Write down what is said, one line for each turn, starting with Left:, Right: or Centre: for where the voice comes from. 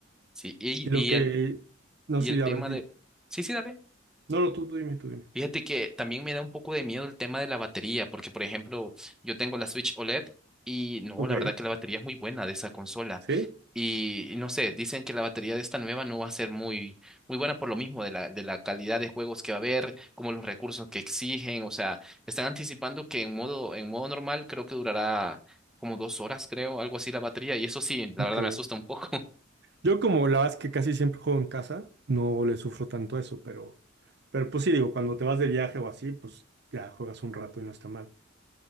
Centre: Sí, y,
Right: Y lo
Centre: y
Right: que,
Centre: el,
Right: no
Centre: y
Right: sí,
Centre: el
Right: a
Centre: tema
Right: ver, di-
Centre: de... Sí, sí, dale.
Right: no, no, tú, tú dime, tú dime.
Centre: Fíjate que también me da un poco de miedo el tema de la batería, porque por ejemplo, yo tengo la Switch OLED y no,
Right: Ok,
Centre: la verdad que la batería es muy buena de esa consola.
Right: sí,
Centre: Y, y no sé, dicen que la batería de esta nueva no va a ser muy, muy buena por lo mismo de la, de la calidad de juegos que va a haber, como los recursos que exigen. O sea, están anticipando que en modo, en modo normal creo que durará como dos horas, creo, algo así la batería. Y eso sí, la
Right: ok.
Centre: verdad me asusta un poco.
Right: Yo como la verdad es que casi siempre juego en casa, no le sufro tanto eso, pero, pero pues sí, digo, cuando te vas de viaje o así, pues ya juegas un rato y no está mal.